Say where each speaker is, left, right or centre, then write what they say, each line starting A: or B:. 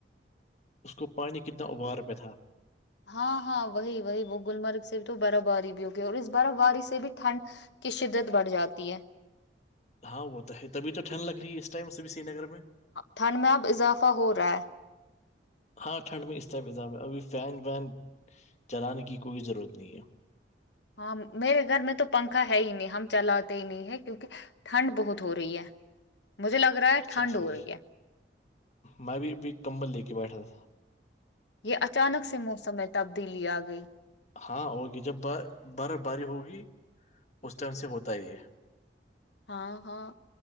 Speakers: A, on the left; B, on the left.
A: اس کو پانی کتنا ابار پہ تھا
B: ہاں ہاں وہی وہی وہ گللمرگ سے بھی تو برف باری بھی ہو گئی اور اس برف باری سے بھی ٹھنڈ کی شدت بڑھ جاتی ہے
A: ہاں وہ تو ہے تبھی تو ٹھنڈ لگ رہی ہے اس ٹائم سری نگر میں
B: ٹھنڈ میں اب اضافہ ہو رہا ہے
A: ہاں ٹھنڈ میں اس ٹرپ اضاب ہے ابھی فین وین چلانے کی کوئی ضرورت نہیں ہے
B: ہاں میرے گھر میں تو پنکھا ہے ہی نہیں ہم چلاتے ہی نہیں ہے کیونک ٹھنڈ بہت ہو رہی ہے مجھے لگ رہا ہے
A: اچھا
B: ٹھنڈ
A: ٹھیک
B: ہو رہی ہے
A: میں بھی ابھی کمبل لے کے بیٹھا تھا
B: یہ اچانک سے موسم میں تبدیلی آ گئی
A: ہاں ہوگی جب برف باری ہوگی اس ٹائم سے ہوتا ہے یہ
B: ہاں ہاں